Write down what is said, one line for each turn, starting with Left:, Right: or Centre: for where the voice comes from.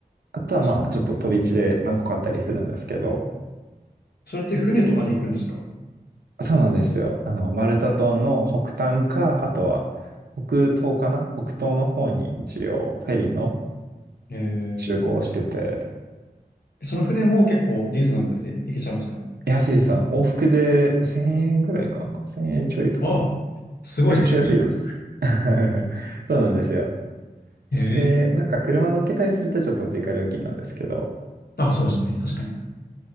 Right: あとはまあ、
Left: あ、そうなんだ
Right: ちょっと飛び地で何個かあったりするんですけど、
Left: それって船とかで行くんですか
Right: そうなんですよ。あの、マルタ島の北端か、あとは北東かな北東の方に一応フェリーの
Left: えー、
Right: 就航をしてて、
Left: その船も結構リーズナブルで行けちゃうんですか
Right: 安いです。往復で1000円ぐらいかな。1000円ちょいとか。
Left: あ、すごい、
Right: めちゃくちゃ安いです。
Left: いいな。
Right: <laughs> そうなんですよ。
Left: ええ
Right: で、なんか車乗っけたりするとちょっと追加料金なんですけど。
Left: あ、そうですね、確かに。